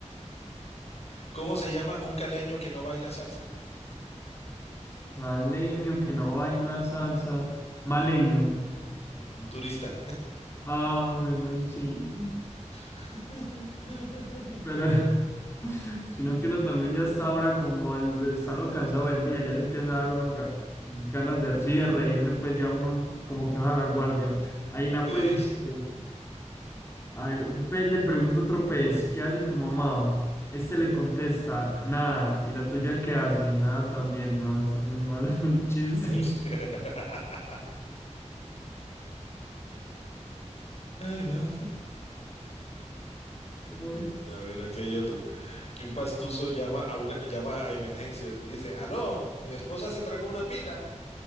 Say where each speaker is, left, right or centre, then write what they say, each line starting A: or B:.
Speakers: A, on the left; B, on the left.
A: ¿Cómo se llama un caleño que no baila salsa?
B: Maleño, que no baila salsa. Maleño.
A: Un turista.
B: Ah, bueno, sí.
A: <laughs>
B: pero <laughs> sino que uno también ya está ahora como el, está lo cansado del día, ya le empieza a dar uno ga- ganas de, sí, de reírse, pues ya uno como que va a la guardia. Aina,
A: Sí.
B: pues, este, a ver, un pez le pregunta a otro pez, ¿qué hace tu mamá? Este le contesta, nada, ¿y la tuya qué hace? Nada también, no, está muy mal <laughs> el chiste.
A: <laughs> Ay, no.
B: No.
A: Mira, a ver, aquí hay otro. Que un pastuso llama a una, llama a emergencias y dice, aló, mi esposa se tragó una pila.